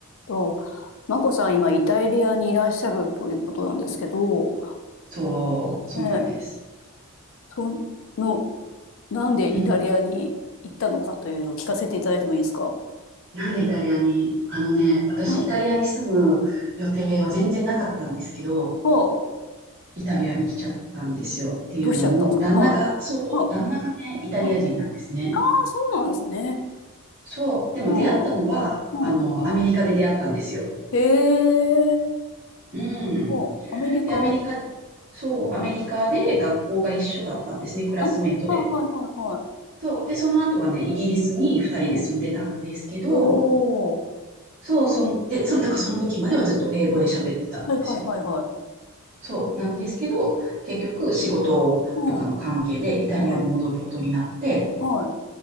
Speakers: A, on the left; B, on the right.
A: と、マコさん、今、イタリアにいらっしゃるということなんですけど、
B: そう、そうなんです。
A: ねえ、その、なんでイタリアに行ったのかというのを聞かせていただいてもいいですか
B: うん。なんでイタリアに、あのね、私イタリアに住む予定は全然なかったんですけど、
A: はい。はあ、
B: イタリアに来ちゃったんですよっていうのも、
A: どうしちゃったんですかはい。
B: 旦那が、そう、
A: はあ、
B: 旦那がね、イタリア人なんですね。
A: うんああそうなんですね。
B: そう、でも出会ったのは、
A: うん、うん、うん。
B: あの、アメリカで出会ったんですよ。
A: へえ、
B: うん。
A: うんアメリカ、
B: で、アメリカ、
A: うん、
B: そう、アメリカで学校が一緒だったんですね、クラスメートで。
A: あ、はい、はい、はい、はい。
B: そう、で、その後はね、イギリスに2人で住んでたんですけど、
A: うん、おー、
B: そう、そんで、そん、だからその時まではずっと英語で喋ってたんですよ。
A: はい、はい、はい、はい。
B: そう、なんですけど、
A: うん、
B: 結局仕事とかの関係でイタリアに戻ることになって、
A: うん、はい、はい。